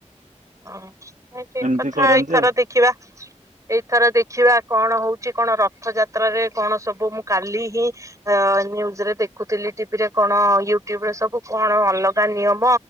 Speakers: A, on the right; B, on the right.
A: ହ ଠିକ
B: ଏମିତି
A: କଥା
B: କରନ୍ତି
A: ଏଇଥର
B: ଆଉ
A: ଦେଖିବା ଏ ଥର ଦେଖିବା କଣ ହଉଛି କଣ ରଥଯାତ୍ର ରେ କଣ ସବୁ ମୁଁ କାଲି ହିଁ ନ୍ୟୁଜରେ ଦେଖୁଥିଲି ଟିଭିରେ କଣ ୟୁଟ୍ୟୁବ ରେ ସବୁ କଣ ଅଲଗା ନିୟମ